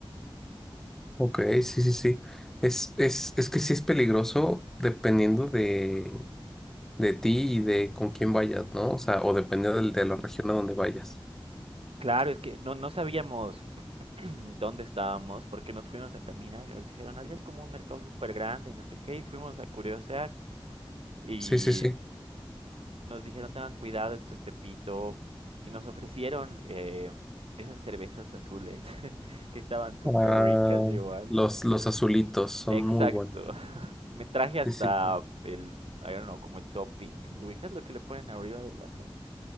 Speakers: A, in the centre; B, on the right.
A: ok, sí, sí, sí. Es, es, es que sí es peligroso dependiendo de, de ti y de con quién vayas, ¿no? O sea, o dependiendo del- de la región a donde vayas.
B: Claro, es que no, no sabíamos <clears throat> dónde estábamos, porque nos fuimos a caminar y nos dijeron, allá es como un mercado súper grande, no sé qué, y fuimos a curiosear y
A: Sí, sí, sí.
B: nos dijeron, tengan cuidado, esto es Tepito, y nos ofrecieron eh, esas cervezas azules <laughs> que estaban súper
A: Ah,
B: ricas igual.
A: los, los azulitos son
B: Exacto.
A: muy buenos.
B: Me traje hasta
A: Sí, sí. sí.
B: el, I don't know, como el topping. ¿Ubicas lo que le ponen arriba del vaso?